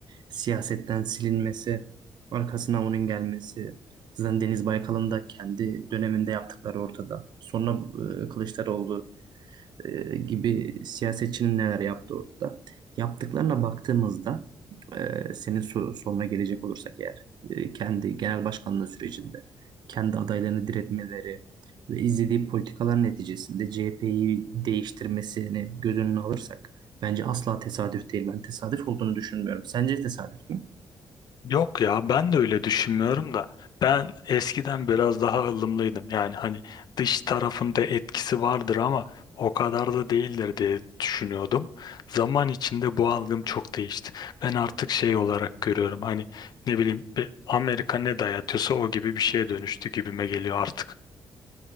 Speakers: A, on the right; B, on the left.
A: siyasetten silinmesi, arkasına onun gelmesi. Zaten Deniz Baykal'ın da kendi döneminde yaptıkları ortada. Sonra e, Kılıçdaroğlu e, gibi siyasetçinin neler yaptığı ortada. Yaptıklarına baktığımızda e, senin sor- soruna gelecek olursak eğer e, kendi genel başkanlığı sürecinde kendi adaylarını diretmeleri ve izlediği politikalar neticesinde CHP'yi değiştirmesini göz önüne alırsak bence asla tesadüf değil. Ben tesadüf olduğunu düşünmüyorum. Sence tesadüf mü?
B: Yok ya ben de öyle düşünmüyorum da ben eskiden biraz daha ılımlıydım yani hani dış tarafında etkisi vardır ama o kadar da değildir diye düşünüyordum. Zaman içinde bu algım çok değişti. Ben artık şey olarak görüyorum hani ne bileyim bir Amerika ne dayatıyorsa o gibi bir şeye dönüştü gibime geliyor artık.